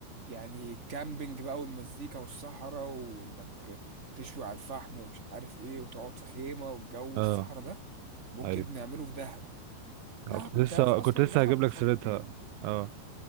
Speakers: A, on the right; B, on the right.
A: يعني كامبينج بقى والمزيكا والصحراء وانك تشوي على الفحم ومش عارف ايه وتقعد في خيمة والجو
B: اه
A: الصحراء ده ممكن
B: ايوه
A: نعمله في دهب دهب
B: اه، كنت
A: انت
B: لسه
A: عارف اصلا
B: كنت لسه
A: دهب
B: هجيب لك
A: خطوتين
B: سيرتها اه